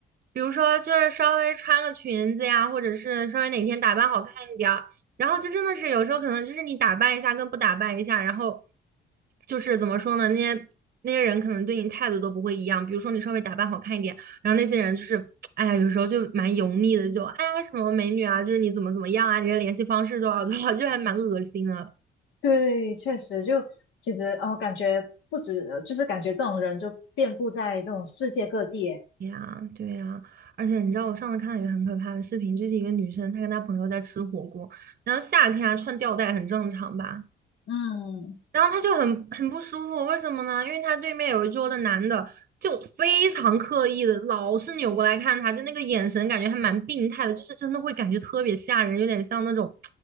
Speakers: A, on the right; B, on the left.
A: 比如说就是稍微穿个裙子呀，或者是稍微哪天打扮好看一点儿，然后就真的是有时候可能就是你打扮一下跟不打扮一下，然后就是怎么说呢，那些那些人可能对你态度都不会一样。比如说你稍微打扮好看一点。然后那些人就是，哎呀，有时候就蛮油腻的，就哎呀什么美女啊，就是你怎么怎么样啊，你的联系方式多少多少，<laughs> 就还蛮恶心的
B: 对，确实就其实哦，感觉不止，就是感觉这种人就遍布在这种世界各地耶
A: 哎呀。对呀，而且你知道我上次看了一个很可怕的视频，就是一个女生她跟她朋友在吃火锅，然后夏天啊穿吊带很正常吧，
B: 嗯，
A: 然后他就很很不舒服，为什么呢？因为他对面有一桌的男的就非常刻意的，老是扭过来看他，就那个眼神感觉还蛮病态的，就是真的会感觉特别吓人，有点像那种，